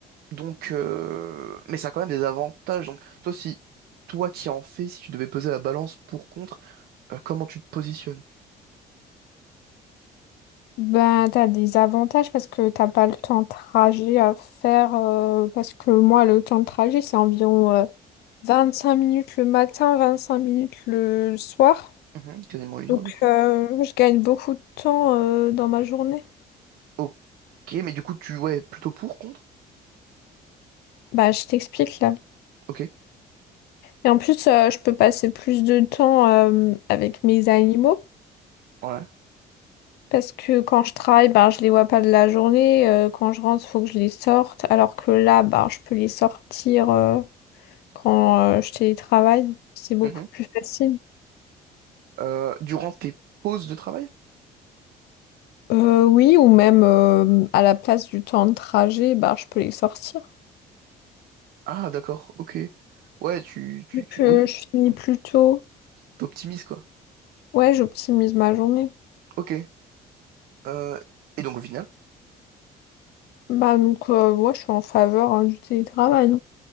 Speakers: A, on the right (about 70°); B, on the left (about 70°).
A: Donc, euh, mais ça a quand même des avantages. Donc, toi, si toi qui en fais, si tu devais peser la balance pour contre, euh, comment tu te positionnes?
B: Ben, t'as des avantages parce que t'as pas le temps de trajet à faire. euh, parce que moi, le temps de trajet, c'est environ euh, cinq minutes le matin, 25 minutes le soir.
A: Mhm, quasiment une
B: Donc,
A: heure du coup.
B: euh, je gagne beaucoup de temps euh, dans ma journée.
A: Ok, mais du coup, tu ouais, plutôt pour contre?
B: Bah, je t'explique là.
A: Ok,
B: Et en plus, euh, je peux passer plus de temps euh, avec mes animaux.
A: ouais.
B: Parce que quand je travaille, ben, je les vois pas de la journée. euh, quand je rentre, il faut que je les sorte. Alors que là, ben, je peux les sortir euh, quand euh, je télétravaille. C'est beaucoup
A: Mhm.
B: plus facile.
A: Euh, durant tes pauses de travail?
B: Euh, oui, ou même euh, à la place du temps de trajet, ben, je peux les sortir.
A: Ah, d'accord, ok. Ouais, tu, tu,
B: Vu
A: tu,
B: que
A: oui,
B: je finis
A: ouais.
B: plus tôt,
A: T'optimises quoi.
B: ouais, j'optimise ma journée.
A: Ok. Euh, et donc au final,
B: Bah, donc, euh, ouais, je suis en faveur hein, du télétravail.